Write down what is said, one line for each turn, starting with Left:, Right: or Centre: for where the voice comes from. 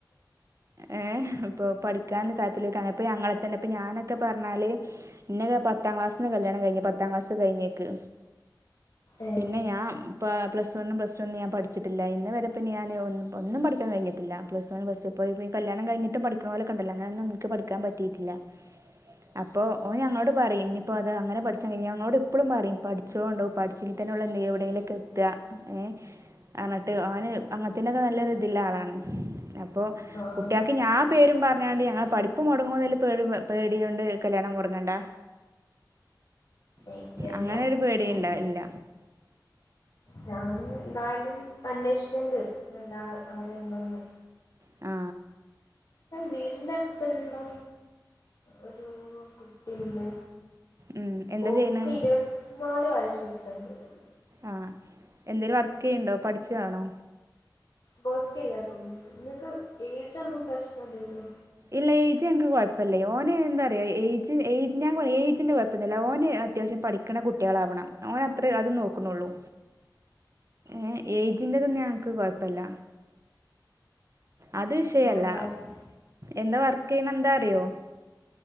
Right: ഏ ഇപ്പൊ പഠിക്കാൻ താല്പര്യം <unintelligible> ഇപ്പം ഞങ്ങളെ തന്നെ ഇപ്പം ഞാനൊക്കെ പറഞ്ഞാല് ഇന്നെക്കെ പത്താം ക്ലാസ്സിന്ന് കല്യാണം കഴിഞ്ഞ് പത്താം ക്ലാസ്സ് കഴിഞ്ഞേക്ക്
Left: ഏഹ്
Right: പിന്നെ ഞാൻ ഇപ്പോ പ്ലസ് വണ്ണും, പ്ല ടു ഒന്ന് ഞാൻ പഠിച്ചിട്ടില്ല, ഇന്ന്‌ വരെ പിന്നെ ഞൻ ഒന്നും പഠിക്കാൻഴിഞ്ഞട്ടില്ല പ്ലസ് വൺ പ്ലസ് ടൂ ഇപ്പോ ഈ കല്യാണം കഴിഞ്ഞിട്ടും പഠിക്കണോലൊക്കെ ഉണ്ടല്ലോ അങ്ങനൊന്നും ഇൻക്ക് പഠിക്കാൻ പ റ്റീട്ടില്ല അപ്പോ ഓ ഞങ്ങളോട് പറയും ഇപ്പോ അത് അങ്ങനെ പഠിച്ച കഴിഞ്ഞ ഞങ്ങളോട് എപ്പളും പറയും പഠിച്ചളോണ്ടു പഠിച്ചെങ്കിതന്നെ ഒള്ളു എന്തെങ്കിലും എവിടെയങ്കിലും ഒക്കെ എത്ത ഏ അർഞ്ഞിട്ട് ഓന് അങ്ങനത്തിനൊക്കെ നല്ല ഒരുതിള്ള ആളാണ് അപ്പൊ
Left: ആഹ്
Right: കുട്ടികക്ക് ഇനി ആ പേരും വേണ്ടി, പഠിപ്പ് മൊ <unintelligible> പേടി ഒ ണ്ട് കല്യാണം മുടുങ്ങണ്ട
Left: ഇല്ലില്ല.
Right: അങ്ങനൊരു പേടി
Left: ഉം
Right: ഇണ്ടാ ല്ല
Left: ഞാന് എന്താലും അ <unintelligible> ക്കെണ്ട് നല്ല അരെ എന്തോന്ന്
Right: ആ
Left: വീടിന്റെ അടുത്തുള്ള ഒരു കുട്ടിണ്ട്
Right: ഉം എന്താ
Left: ഓക്ക
Right: ചെയ്യണെ
Left: ഇരുപത്തി നാല് വയസച്ച <unintelligible>
Right: ആ എന്തെലു വ ക്കെയുണ്ടോ പഠിച്ചതണോ
Left: വർക്ക് ചെയ്യാ തോന്നണ്ട് നിങ്ങക്ക് എജ് ഒന്നും പ്രശ്നല്ലല്ലോ
Right: ഇല്ല അജ് ഞങ്ങക്ക് കൊയപ്പില്ലേ ഓന് എന്താ പറയാം ഏജ് ഏജ് ഞാൻ ഏജിന്റെ കുഴപ്പൊന്നില്ല ഓന് അത്യാവശ്യം പഠിക്കണ കുട്ടികളാവണം ഓന അത്ര അത് നോക്കുന്നുള്ളൂ ഏ ഏജന്റ്റത് ഞങ്ങക്ക് കുഴപ്പില്ല അത് വിഷയല്ല
Left: ഞാൻ എന്തായാലും
Right: എന്താ വർക്ക് ചെയ്യണ എന്താ അറിയോ